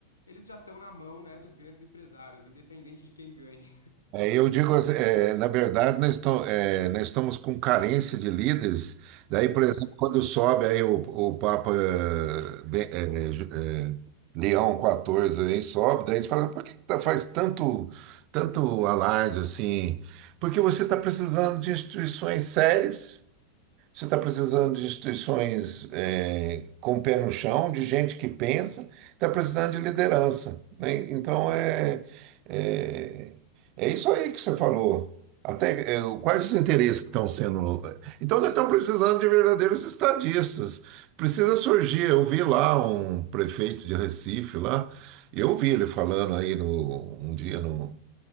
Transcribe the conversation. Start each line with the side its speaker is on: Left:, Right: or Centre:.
Left: eles já estão na mão, né, dos grandes empresários, independente de quem ganhe.
Right: Aí eu digo, assim, é, na verdade, nós, to- é, nós estamos com carência de líderes. Daí, por
Left: <laughs>
Right: exemplo, quando sobe aí o, o Papa eh, Be- eh, Ju- eh, Leão quatorze aí sobe, daí a gente fala, por que que tá- faz tanto, tanto alarde assim? Porque você está precisando de instituições sérias Você está precisando de instituições eh, com o pé no chão, de gente que pensa, está precisando de liderança, né? Então é, é, é isso aí que você falou. Até eh, quais os interesses que estão sendo. Então nós estamos precisando de verdadeiros estadistas. Precisa surgir. Eu vi lá um prefeito de Recife lá, eu vi ele falando aí no, um dia no